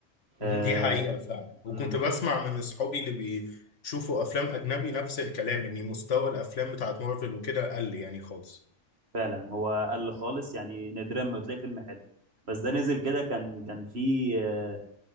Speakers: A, on the left; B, on the right.
A: دي
B: آه،
A: حقيقة فعلا وكنت
B: مم،
A: بسمع من اصحابي اللي بيشوفوا افلام اجنبي نفس الكلام ان مستوى الافلام بتاعت مارفل وكده قل يعني خالص
B: فعلا هو قل خالص يعني نادرا ما بتلاقي فيلم حلو بس ده نزل كده كان كان فيه آه،